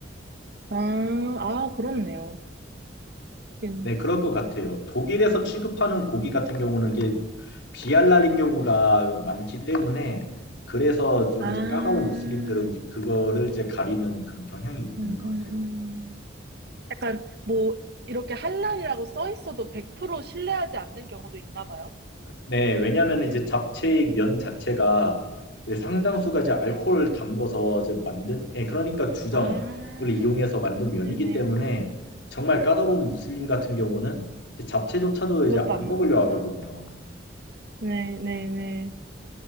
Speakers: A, on the right; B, on the left.
A: 아, 아, 그렇네요. 음,
B: 네, 그럴 것 같아요. 독일에서 취급하는 고기
A: 음.
B: 같은 경우는 이게 비할랄인 경우가 많기 때문에 그래서 좀
A: 아,
B: 이제 까다로운
A: 음,
B: 무슬림들은 이제 그거를 이제 가리는 그런 경향이 있는
A: 음,
B: 것
A: 음.
B: 같아요.
A: 약간 뭐 이렇게 한란이라고 써 있어도 100% 신뢰하지 않는 경우도 있나 봐요.
B: 네, 왜냐하면 이제 잡채 의 면 자체가 이제 상당수가 이제 알코올을 담궈서 이제 만든, 예, 그러니까 주정을
A: 아,
B: 이용해서 만든 면이기
A: 네네.
B: 때문에 정말 까다로운 무슬림 같은 경우는 이제 잡채조차도
A: 그것도
B: 이제 안
A: 안
B: 먹으려
A: 먹는구나.
B: 하거든요.
A: 네네네.